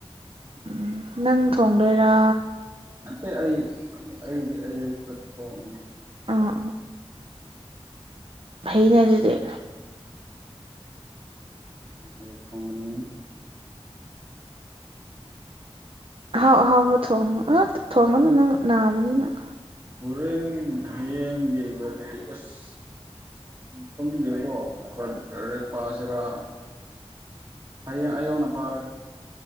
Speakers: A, on the right (about 60°); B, on the right (about 40°).
A: ꯎꯝ ꯅꯪ ꯊꯣꯡꯗꯣꯏꯔꯥ
B: ꯅꯠꯇꯦ ꯑꯩ ꯑꯩꯗꯤ ꯑꯌꯨꯛꯇ ꯊꯣꯛꯑ
A: ꯑꯥ ꯐꯩꯅꯦ ꯑꯗꯨꯗꯤꯦ
B: ꯑꯌꯨꯛ ꯊꯣꯡꯒꯅꯤ
A: ꯑꯍꯥꯎ ꯑꯍꯥꯎꯕ ꯊꯣꯡꯉꯨ ꯑ ꯊꯣꯡꯒꯅꯨ ꯅꯪ ꯅꯥꯕꯅꯤꯅꯪ
B: ꯍꯣꯔꯦꯟ ꯍꯌꯦꯡꯒꯤ ꯒꯥꯔꯤ ꯑꯁ ꯈꯪꯒꯦꯕꯣ ꯀꯔꯦꯄꯥꯁꯔꯥ ꯍꯌꯦꯡ ꯑꯌꯡꯅ ꯄꯥꯔꯒꯦ